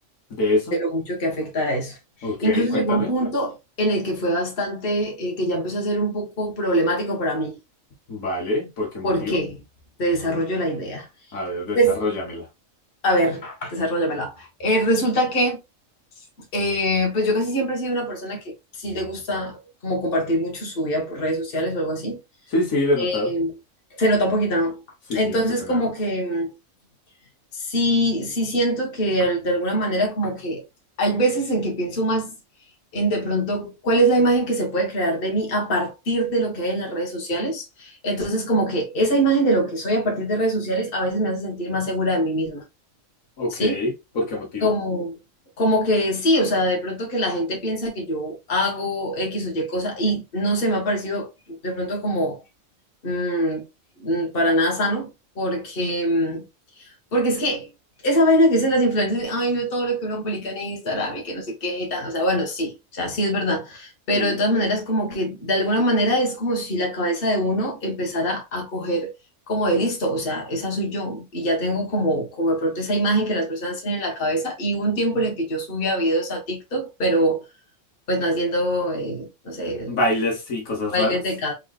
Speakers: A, on the left; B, on the left.
A: ¿De eso?
B: de lo mucho que afecta a eso.
A: Ok,
B: Incluso
A: cuéntame.
B: llegó un punto en el que fue bastante, eh, que ya empezó a ser un poco problemático para mí.
A: Vale, ¿por qué motivo?
B: ¿Por qué? Te desarrollo la idea.
A: A ver, desarróllamela.
B: Pues, a ver, desarróllamela. Eh, resulta que Eh, pues yo casi siempre he sido una persona que sí le gusta como compartir mucho su vida por redes sociales o algo así.
A: Sí, sí, lo he
B: Eh,
A: notado.
B: se nota un poquito, ¿no?
A: Sí,
B: Entonces
A: sí, un poco
B: como
A: nada más.
B: que mm, sí, sí siento que al- de alguna manera como que hay veces en que pienso más en de pronto cuál es la imagen que se puede crear de mí a partir de lo que hay en las redes sociales. Entonces como que esa imagen de lo que soy a partir de redes sociales a veces me hace sentir más segura de mí misma,
A: Ok,
B: ¿sí?
A: ¿por qué motivo?
B: como, como que sí, o sea, de pronto que la gente piensa que yo hago X o Y cosa y no se me ha parecido de pronto como mm, mm, para nada sano, porque mm, porque es que esa vaina que dicen las influencers, ay, no todo lo que uno publica en Instagram y que no sé qué y tal. O sea, bueno, sí, o sea, sí es verdad. Pero
A: Sí.
B: de todas maneras, como que de alguna manera es como si la cabeza de uno empezara a coger como de listo, o sea, esa soy yo. Y ya tengo como, como de pronto esa imagen que las personas tienen en la cabeza. Y hubo un tiempo en el que yo subía videos a TikTok, pero pues no haciendo, eh, no sé,
A: ¿Bailes y cosas
B: bailes
A: raras?
B: de k